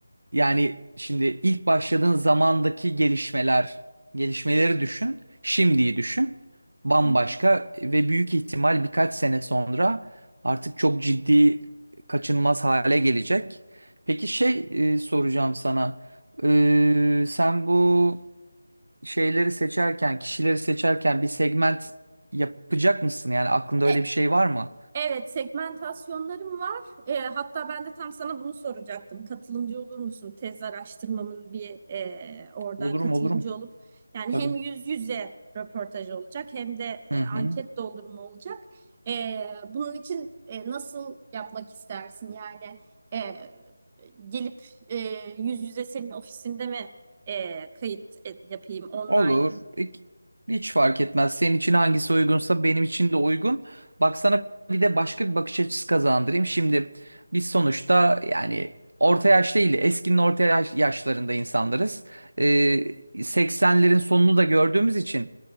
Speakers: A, on the right; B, on the right.
A: Yani şimdi ilk başladığın zamandaki gelişmeler, gelişmeleri düşün, şimdiyi düşün. Bambaşka
B: Hı hı.
A: ve büyük ihtimal birkaç sene sonra artık çok ciddi kaçınılmaz hale gelecek. Peki şey e, soracağım sana. E, sen bu şeyleri seçerken, kişileri seçerken bir segment yapacak mısın? Yani aklında
B: E,
A: öyle bir şey var mı?
B: Evet, segmentasyonlarım var. Ee, hatta ben de tam sana bunu soracaktım. Katılımcı olur musun? Tez araştırmamın bir e, orada
A: Olurum
B: katılımcı
A: olurum.
B: olup yani
A: Tabii.
B: hem yüz yüze röportaj olacak hem de e,
A: Hı hı.
B: anket doldurma olacak. Ee, bunun için e, nasıl yapmak istersin? Yani e, gelip e, yüz yüze senin ofisinde mi e, kayıt e, yapayım online?
A: Olur. İk- Hiç fark etmez. Senin için hangisi uygunsa benim için de uygun. Bak sana bir de başka bir bakış açısı kazandırayım. Şimdi biz sonuçta yani orta yaş değil, eskinin orta yaş- yaşlarında insanlarız. Ee, 80'lerin sonunu da gördüğümüz için,